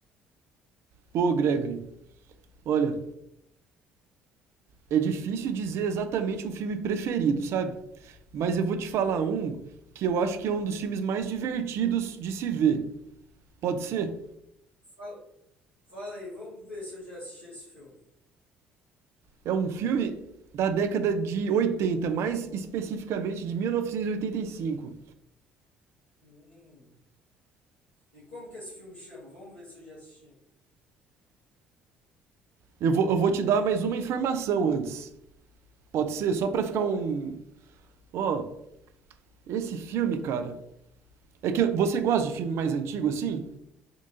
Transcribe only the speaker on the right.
Pô, Gregory, olha, é difícil dizer exatamente um filme preferido, sabe? Mas eu vou te
falar um que eu acho que é um dos filmes mais divertidos de se ver. Pode ser?
É um filme da década de 80, mais especificamente de 1985.
Eu vou, eu vou te dar mais uma informação antes. Pode ser? Só pra ficar
um.
Ó, esse filme, cara. É que você gosta de filme mais antigo assim?